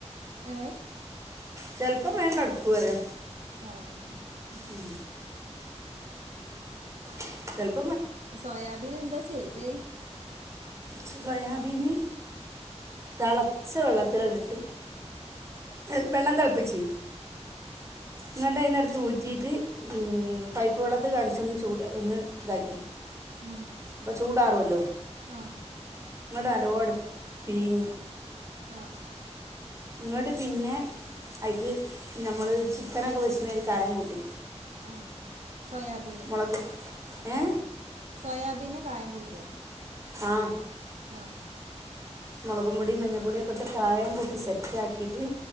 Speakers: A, on the right; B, on the right.
A: ഏ
B: ചിലപ്പം വേഗം കിടക്കും പറയാ
A: ആ അങ്ങനെ
B: ഉം ചെല
A: സോയാബീൻ എന്താ ചെയ്തേ
B: സോയാബീന് തിളച്ച വെള്ളത്തിലോട്ടിട്ട് എ വെള്ളം തിളപ്പിച്ചു ഇങ്ങണ്ട അയിന്നെടുത്ത് ഊറ്റിട്ട് ഉം പൈപ്പ് വെള്ളത്തി കാണിച്ചൊന്ന് ചൂട് ഒന്ന് ഇതാക്കി
A: ഉം
B: അപ്പൊ ചൂടാറുല്ലോ
A: ആ
B: നിങ്ങുടെ അലോട് പീഞ്ഞി
A: ആഹ്
B: ഇങ്ങോട്ട് പിന്നെ അയ്ക്ക് ഞമ്മൾ ചിക്കനൊക്കെ വച്ചുന്ന ഒരു കായം കൂട്ടി
A: ആഹ് സോയാബീന്
B: മുളക് ഏ
A: ആഹ് സോയാബീനെ കായം കൂട്ടുക
B: ആഹ്
A: ആഹ്
B: മുളകും പൊടി മഞ്ഞൾപ്പൊടി ഒക്കെ ഇട്ട് കായം കൂട്ടി സെറ്റ് ആക്കിട്ട്